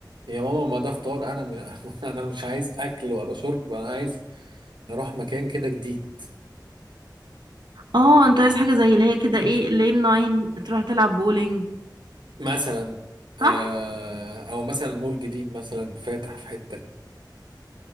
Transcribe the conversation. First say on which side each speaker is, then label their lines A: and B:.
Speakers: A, on the right; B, on the right.
A: يا ماما ما ده فطار انا مش <laughs> انا مش عايز اكل ولا شرب انا عايز نروح مكان كده جديد
B: اه انت عايز حاجة زي اللي هي كده ايه لين ناين تروح تلعب بولينج
A: مثلا آه
B: صح
A: او مثلا مول جديد مثلا فاتح في حته